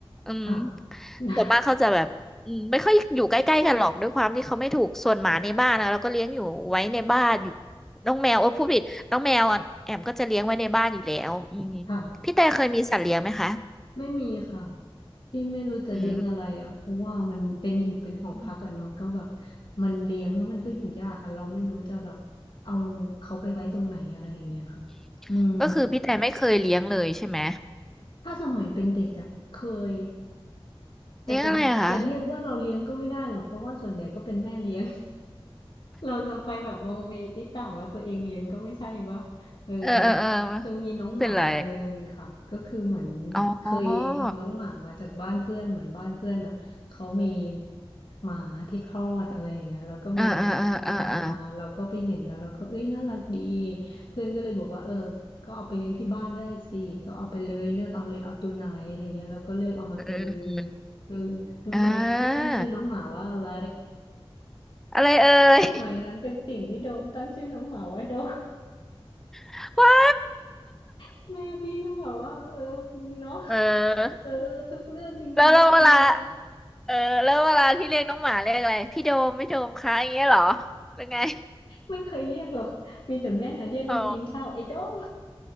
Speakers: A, in the centre; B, on the left.
A: อืม
B: ค่ะ <laughs> นะ
A: ส่วนมากเขาจะแบบอืมไม่ค่อยอยู่ใกล้ๆกันหรอกด้วยความที่เขาไม่ถูกส่วนหมาในบ้านนะเราก็เลี้ยงอยู่ไว้ในบ้านอยู่น้องแมวเออพูดผิดน้องแมวอะแอมก็จะเลี้ยงไว้ในบ้านอยู่แล้วอืม
B: ค่ะ
A: พี่แต่เคยมีสัตว์เลี้ยงไหมคะ
B: ไม่มีค่ะ ที่ไม่รู้จะเลี้ยงอะไรอ่ะ
A: อืม
B: เพราะว่ามันเป็นอยู่เป็นหอพักอะเนาะก็แบบ
A: อืม
B: มันเลี้ยงแล้วมันก็อยู่ยากอะเราไม่รู้จะแบบเอาเขาไปไว้ตรงไหนอะไรอย่างเงี้ยค่ะอืม
A: อืมอืมก็คือพี่แต่ไม่เคยเลี้ยงเลยใช่ไหม
B: ถ้าสมัยเป็นเด็กอะเคยแต่จะจะเรียกว่าเราเลี้ยงก็ไม่ได้หรอกเพราะว่าส่วนใหญ่ก็เป็นแม่เลี้ยง
A: เลี้ยงอะไรอะคะ
B: เราจะไปแบบมองเมติดต่างว่าตัวเองเลี้ยงก็ไม่ใช่ปะเออ
A: เออเออเออ
B: เคยมีน้องหมาตัวหนึ่งค่ะก็คือเหมือน
A: ไม่เป็นไรอ๋อ
B: เคยเอาน้องหมามาจากบ้านเพื่อนเหมือนบ้านเพื่อนอ่ะเขามีหมาที่คลอดอะไรอย่างเงี้ยแล้วก็มีน้องหมามาเราก็ไปเห็นแล้วเราก็เอ้ยน่ารักดี
A: เอ่อ่าอ่าอ่าอ่
B: เพื่อนก็เลยบอกว่าเออก็เอาไปเลี้ยงที่บ้านได้สิก็เอาไปเลยเลือกเอาเลยเอาตัวไหนอะไรเงี้ยเราก็เลือกเอามาตัวหนึ่ง
A: อืมอืมอม
B: เออรู้ไหมพี่ตั้งชื่อน้องหมาว่าอะไร
A: อ่าอะไรเอ่ย
B: สมัยนั้นเป็นติ่งพี่โดมตั้งชื่อน้องหมาว่าโดม
A: <laughs> ว้า
B: <laughs> แม่พี่ก็แบบว่าเออมึงเนาะ
A: เออ
B: เออทุกเรื่องจริงๆน้องมึงเนาะ
A: แล้วแล้วเวลา เออ แล้วเวลาที่เรียกน้องหมาเรียกอะไร พี่โดมพี่โดมคะอย่างเงี้ยเหรอ หรือไง
B: ไม่เคยเรียกหรอกมีแต่แม่เรียกมากินข้าวไอ้โดม
A: อ๋อ